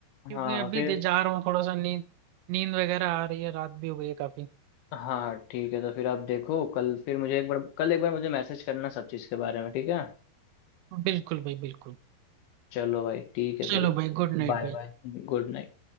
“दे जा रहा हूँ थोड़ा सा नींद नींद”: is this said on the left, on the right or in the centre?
Right